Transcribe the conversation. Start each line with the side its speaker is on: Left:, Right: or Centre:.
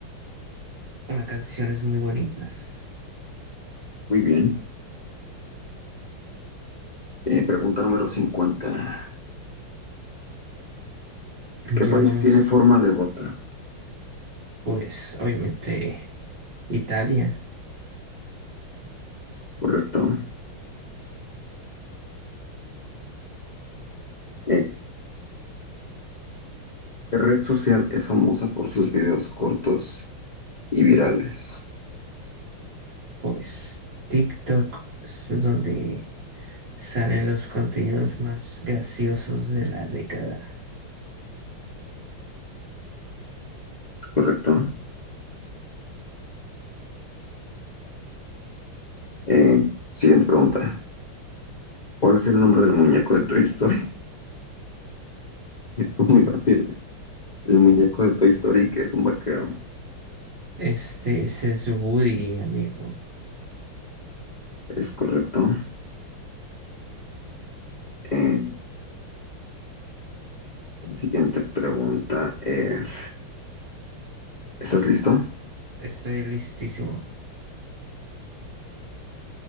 Right: unas canciones muy bonitas.
Left: Muy bien. Eh, pregunta número 50.
Right: Ya
Left: ¿Qué país
Right: vamos,
Left: tiene forma de bota?
Right: pues, obviamente, Italia.
Left: ¿Correcto? Eh, La red social es famosa por sus videos cortos y virales,
Right: Pues TikTok es donde salen los contenidos más graciosos de la década.
Left: ¿correcto? Eh, siguiente pregunta. ¿Cuál es el nombre del muñeco de Toy Story? <laughs> Es muy
Right: Bueno,
Left: fácil. es el muñeco de Toy Story, que es un vaquero.
Right: este, ese es Woody, amigo.
Left: Es correcto. Eh, la siguiente pregunta es, ¿estás listo?
Right: Estoy listísimo.